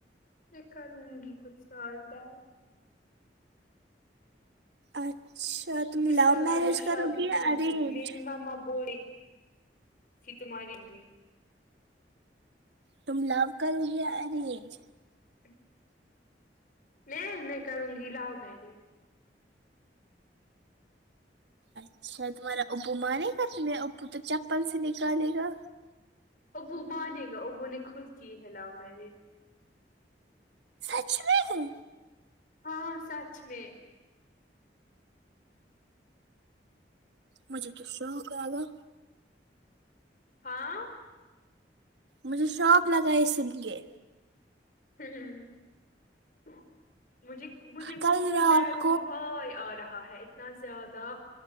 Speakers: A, on the left; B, on the right.
A: میں کرونگی کچھ سال بعد
B: اچھا تم
A: کچھ
B: لو
A: سال
B: میرج
A: بعد میں
B: کرو
A: شادی
B: گی یا
A: کروں
B: ارینج
A: گی میری ماما بولے تھی تمہاری بھی
B: تم لوو کروگی یہ ارینج
A: تو میں میں کرونگی لوو میریج
B: اچھا تمہارا ابو مانے گا تمہیں ابو تو چپل سے نکالے گا
A: ابو مانے گا ابو نے خود کی ہے کی ہے لوو میرج
B: اچھ میں ہے
A: ہاں سچ میں
B: مجھے تو شوق آگا
A: ہاں
B: مجھے شوق لگا یے سن کے
A: ہ ہ مجھے مجھے
B: کل
A: وہ
B: رات
A: پیروں کو وائے آ رہا ہے اتنا زیادہ